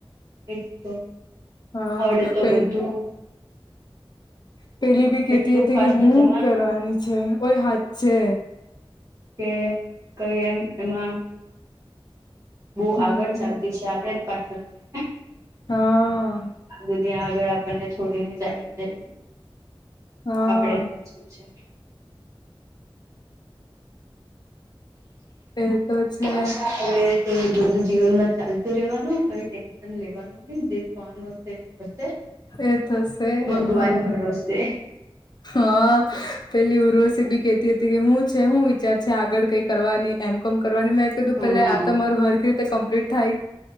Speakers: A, on the right (about 35°); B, on the left (about 50°).
A: એજ તો
B: હા
A: આવડે તો
B: પે
A: બધું.
B: પેલી બી કેતી
A: એટલું
B: હતી
A: ફાસ્ટ
B: કે હું
A: જમાનું
B: કરવાની છે. ઓઈ હાથ છે.
A: કે કઈ એમ એમાં. બહુ
B: હમ
A: આગળ ચાલતી છે આપડે જ પાછળ છે.
B: હા
A: ધી આગળ આપણને છોડીને જાયલી જાયલી
B: હા
A: આપડે પાછી છે.
B: એ તો છે
A: અચા આવે. તો બધું જીવનમાં ચાલતું રહેવાનું કઈ ટેન્શન લેવાનું નહી જે થવાનું હશે થશે.
B: એ થશે
A: ભગવાન
B: હા
A: ભરોસે.
B: હા પેલી ઉર્વસીબી કેતી હતી કે હું છે હું વિચાર છે આગળ કઈ કરવાની. એમ કોમ કરવાની મેં કીધું
A: હમ
B: પેલા આ તો મારુ હરખી રીતે કમ્પ્લીટ થાય.